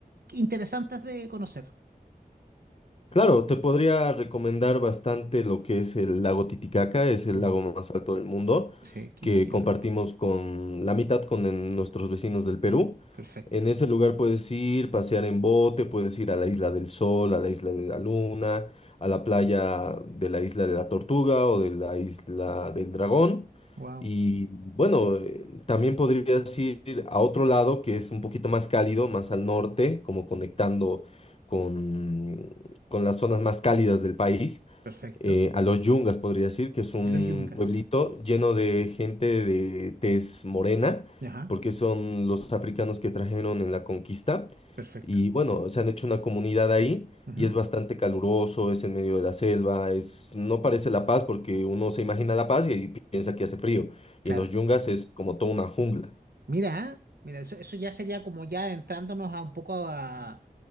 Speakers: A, on the right; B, on the left.
A: interesantes de conocer.
B: Claro, te podría recomendar bastante lo que es el lago Titicaca, es el
A: Mm,
B: lago más alto del mundo,
A: Sí, qué,
B: que
A: qué
B: compartimos
A: va-
B: con la mitad con en- nuestros vecinos del Perú.
A: perfecto,
B: En ese lugar puedes ir, pasear en bote, puedes ir a la Isla del Sol, a la Isla de la Luna, a la playa de la Isla de la Tortuga o de la Isla del Dragón.
A: wow,
B: Y bueno, eh, también podrías ir a otro lado que es un poquito más cálido, más al norte, como conectando con con las zonas más cálidas del país,
A: Perfecto,
B: eh, a los Yungas podría decir, que es un
A: Los Yungas,
B: pueblito lleno de gente de tez morena,
A: ajá,
B: porque son los africanos que trajeron en la conquista.
A: perfecto,
B: Y bueno, se han hecho una comunidad ahí
A: ujú,
B: y es bastante caluroso, es en medio de la selva, es, no parece La Paz porque uno se imagina La Paz y ahí piensa que hace frío.
A: Claro.
B: Y en los Yungas es como toda una jungla.
A: Mira, mira, eso, eso ya sería como ya entrándonos a un poco a,